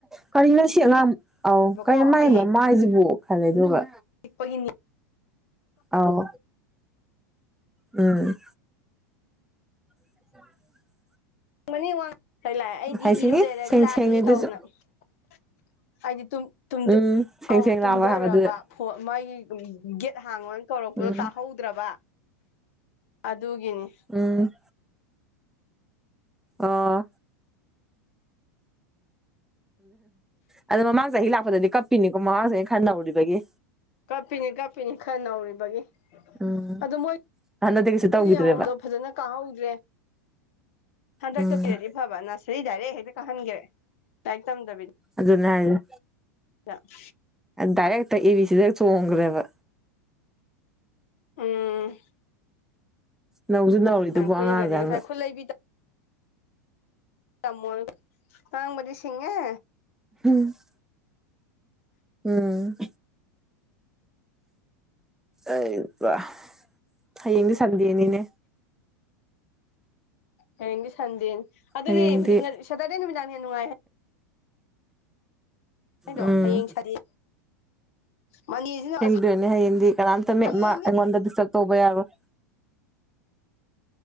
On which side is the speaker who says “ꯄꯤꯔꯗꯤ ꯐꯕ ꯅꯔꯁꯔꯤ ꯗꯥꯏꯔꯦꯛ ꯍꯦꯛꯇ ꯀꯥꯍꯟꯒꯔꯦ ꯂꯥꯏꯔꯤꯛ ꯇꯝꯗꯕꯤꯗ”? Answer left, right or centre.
Left